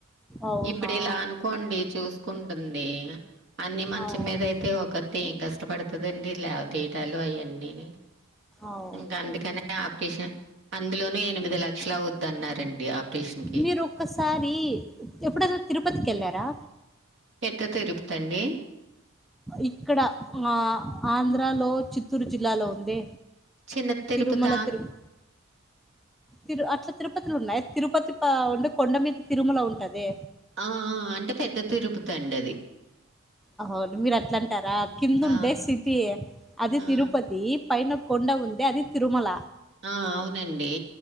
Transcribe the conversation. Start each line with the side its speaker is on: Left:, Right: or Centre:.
Centre: అవునా
Right: ఇప్పుడు ఇలా అనుకోండి చూసుకుంటుంది అన్ని మంచ
Centre: అవును
Right: మీద అయితే ఒకతే ఏం కష్టపడుతుదండి లేవతీయటాలు అయాన్నీనీ
Centre: అవు
Right: ఇంకా అందుకనే ఆపరేషన్ అందులోనూ ఎనిమిది లక్షలు అవుద్దాన్నరండి ఆపరేషన్ కి
Centre: మీరు ఒక్కసారి ఎప్పుడన్న తిరుపతికి వెళ్ళారా?
Right: పెద్ద తిరుపుతండి.
Centre: ఇక్కడ ఆ ఆంధ్రాలో చిత్తూరు జిల్లాలో ఉందే
Right: చిన్న తిరుపతా
Centre: తిరుమల తిరుప తిరు అట్ల తిరుపతి తిరుపతిలు ఉన్నాయి తిరుపతి ఆ ఉండే కొండ మీద తిరుమల ఉంటదే
Right: ఆ అంటే పెద్ద తిరుపుతండి అది
Centre: అవును మీరు అట్ల అంటారా కింద
Right: ఆ
Centre: ఉంటే సిటీయే అది
Right: ఆ
Centre: తిరుపతి పైన కొండ ఉందే అది తిరుమల
Right: ఆ అవునండి